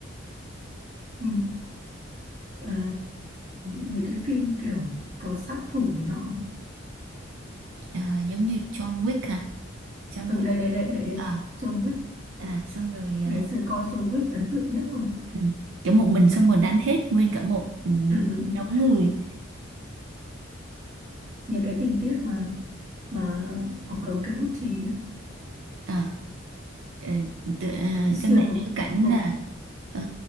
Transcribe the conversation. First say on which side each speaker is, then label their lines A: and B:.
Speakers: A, on the right; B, on the right.
A: ừ. à, mấy cái phim kiểu có sát thủ này nọ
B: Ờ, giống như John Wick hả? John
A: ừ
B: Wick.
A: đây đây đây đây đây.
B: À,
A: John Wick
B: à xong rồi à,
A: ngày xưa coi John Wick ấn tượng nhất luôn
B: ừ. kiểu một mình xong rồi đánh hết nguyên cả một ừ,
A: ừ, ừ, ừ.
B: đống người
A: nhớ cái tình tiết mà mà ông cầm cây bút chì ấy,
B: à ờ, tự- ờ,
A: xuyên
B: cho mẹ
A: một
B: nhớ cảnh
A: một
B: là ờ,